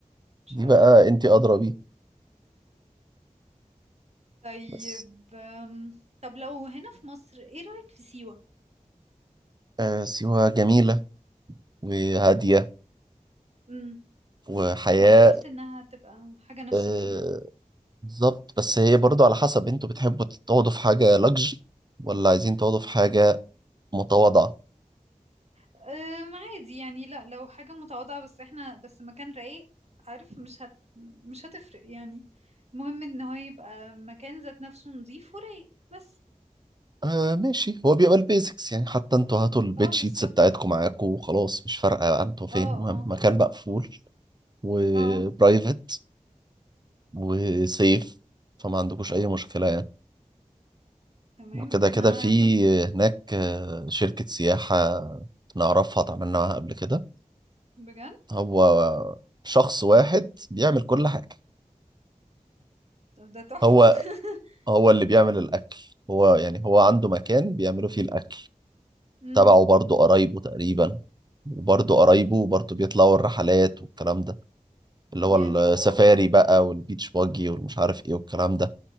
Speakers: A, on the right (about 50°); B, on the right (about 30°).
A: مش
B: دي
A: عارفة
B: بقى أنت أدرى بيه
A: طيب
B: بس
A: أم، طب لو هنا في مصر ايه رأيك في سيوة
B: آه سيوة جميلة وهادية
A: امم
B: وحياة
A: ما انا قلت انها تبقى حاجة نفصل
B: آه
A: فيها
B: بالظبط بس هي برضو على حسب أنتوا بتحبوا تقعدوا في حاجة لاكجري ولا عايزين تقعدوا في حاجة متواضعة
A: أم، عادي يعني لا لو حاجة متواضعة بس احنا بس مكان رايق عارف مش هت مش هتفرق يعني المهم ان هو يبقى مكان ذات نفسه نظيف ورايق بس
B: آه ماشي هو بيبقى البيزكس يعني حتى انتوا هاتوا البيت
A: اه بالظبط
B: شيتس بتاعتكم معاكم وخلاص مش فارقة بقى انتوا فين
A: اه
B: المهم
A: اه
B: مكان مقفول وبرايفت
A: اه
B: وسيف فما عندكوش أي مشكلة يعني
A: تمام
B: وكده
A: احنا
B: كده في
A: انا كنت
B: هناك آه، شركة سياحة نعرفها اتعاملنا معاها قبل كده
A: بجد
B: هو شخص واحد بيعمل كل حاجة
A: طب ده تحفة
B: هو
A: <laughs>
B: هو اللي بيعمل الأكل هو يعني هو عنده مكان بيعملوا فيه الأكل
A: امم
B: تبعه برضه قرايبه تقريبا وبرضه قرايبه برضه بيطلعوا الرحلات والكلام ده اللي هو
A: يعني
B: السفاري
A: هو
B: بقى والبيتش باجي والمش عارف ايه والكلام ده